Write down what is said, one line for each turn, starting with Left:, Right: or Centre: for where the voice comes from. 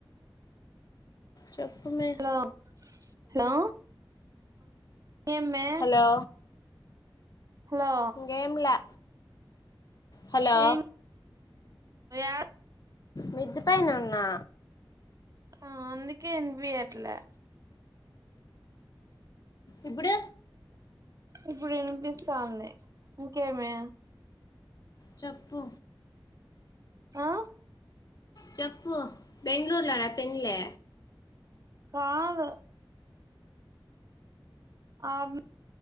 Left: చెప్పు మే
Right: హలో హలో ఎమ్ మే
Left: హలో
Right: హలో
Left: ఇంకేం లా హలో
Right: ఏం యాడ
Left: మిద్దె పైన ఉన్నా
Right: ఆ అందుకే ఇనిపియట్లే
Left: ఇప్పుడు
Right: ఇప్పుడు ఇనిపిస్తాంది ఇంకేమి
Left: చప్పు
Right: ఆ
Left: చప్పు బెంగ్ళూర్లోనా పెళ్ళి
Right: కాదు ఆం